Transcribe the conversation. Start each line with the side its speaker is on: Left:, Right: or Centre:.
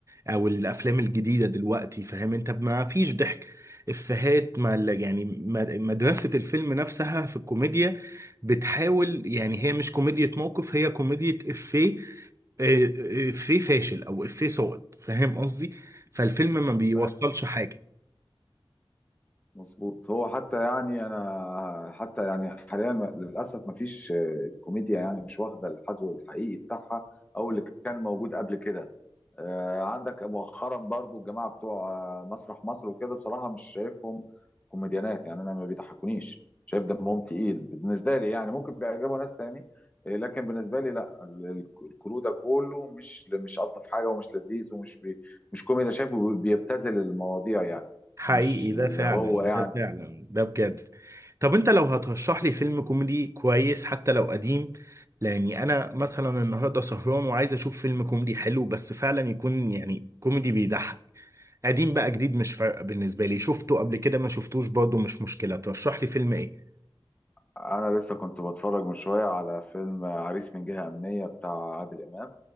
Right: او الافلام الجديده دلوقتي فاهم انت ما فيش ضحك افيهات ما يعني ما- مدرسه الفيلم نفسها في الكوميديا بتحاول يعني هي مش كوميديا موقف هي كوميديا افيه آه، افيه فاشل او افيه صوت فاهم قصدي فالفيلم ما بيوصلش
Left: فاهم
Right: حاجه
Left: مظبوط هو حتى يعني انا حتى يعني حاليا م- للاسف ما فيش آه، الكوميديا يعني مش واخده الحذو الحقيقي بتاعها او اللي كان موجود قبل كده آه، عندك مؤخرا برضو الجماعه بتوع آه، مسرح مصر وكده بصراحه مش شايفهم كوميديانات يعني انا ما بيضحكونيش شايف دمهم تقيل بالنسبه لي يعني ممكن بيعجبوا ناس تاني آه، لكن بالنسبه لي لا ال- ال- الكرو ده كله مش مش الطف حاجه ومش لذيذ ومش بي مش كوميدي شايفه بيبتذل المواضيع يعني
Right: حقيقي
Left: مش
Right: ده
Left: اللي
Right: فعلا
Left: هو يعني
Right: ده فعلا ده بجد طب انت لو هترشح لي فيلم كوميدي كويس حتى لو قديم لاني انا مثلا النهارده سهران وعايز اشوف فيلم كوميدي حلو بس فعلا يكون يعني كوميدي بيضحك قديم بقى جديد مش فارقه بالنسبه لي شفته قبل كده ما شفتوش برضه مش مشكله ترشح لي فيلم ايه
Left: انا لسه كنت بتفرج من شويه على فيلم عريس من جهه امنيه بتاع عادل امام